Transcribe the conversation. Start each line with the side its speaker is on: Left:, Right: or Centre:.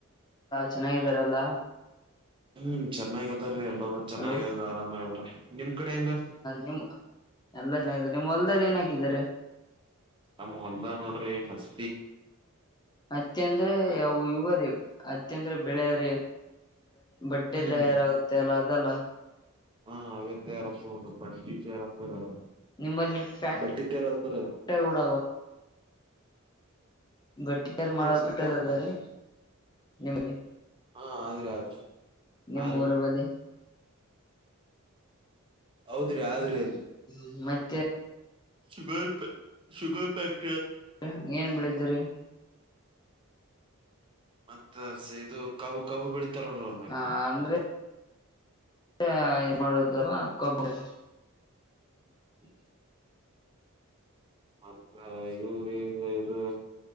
Left: ಚೆನ್ನಾಗಿದಾರಲ್ಲ
Right: ಹ್ಮ್ ಚೆನ್ನಾಗ ಅದ್ರೀ ಎಲ್ಲ ಚೆನ್ನಾಗದ
Left: ಹಲೋ
Right: ಆರಾಮದ್ರ ನಿಮ್ ಕಡೆ ಹೆಂಗ
Left: ನಿಮ್ ಎಲ್ಲಾ ಚೆನ್ನಿದ್ದಾರೆ ನಿಮ್ಮ್ ಹೊಲ್ದಲ್ಲಿ ಏನ್ ಹಾಕಿದ್ದಾರೆ.
Right: ನಮ್ಮ ಹೊಲ್ದ ನೋಡ್ರಿ ಹಸ್.
Left: ಅತ್ತ ಅಂದ್ರೆ ಅ ಇವರಿೀ ಅತ್ತ ಅಂದ್ರೆ ಬೆಳೆಯ್ರ ಬಟ್ಟೆ
Right: ಹ್ಮ್
Left: ತಯಾರಾಗುತ್ತೆ ಅಲ್ಲ ಅದಲ್ಲ.
Right: ಹಾ ಅವ್ಯತ್ತ ಯಾರ ತಗೊಂಡ್ರು ಬಟ್ಟಿ. <unintelligible>
Left: ನಿಮ್ಮಲ್ಲಿ ಫ್ಯಾಕ್ಟರಿ
Right: ಬಟ್ಟಿ ತರತ್ತರ.
Left: ಕೂಡ ಬಟ್ಟಿ <unintelligible> ಮಾಡ
Right: ಸಿಗ್ತಾವ್ರಿ
Left: ಪಟ್ಟದದ
Right: ಪ್ಯಾಂಟ್
Left: ರೀ. ನಿಮ್ದೇ
Right: ಹಾ ಆದ್ರಿ ಆದ್ರಿ
Left: ನಿಮ್ಮೂರಗ್
Right: ಆದ್ರಿ
Left: ಬಂದೀನ್.
Right: ಹೌದ್ರಿ ಆದ್ರಿ
Left: ಹ್ಮ್
Right: ಅಲ್ಲಿ
Left: ಮತ್ತೆ.
Right: <unintelligible>
Left: ಮತ್ತೆ ಏನೇನ್ ಮಾಡಿದಿರಿ.
Right: ಮತ್ತ ಸಿದು ಕಬು ಕಬು ಬೆಳಿತಾರ ಒಂದ್ <unintelligible>
Left: ಹ ಅಂದ್ರೆ <unintelligible>
Right: <inaudible> ಮತ್ತ ಇವು ರೀ ಇರ್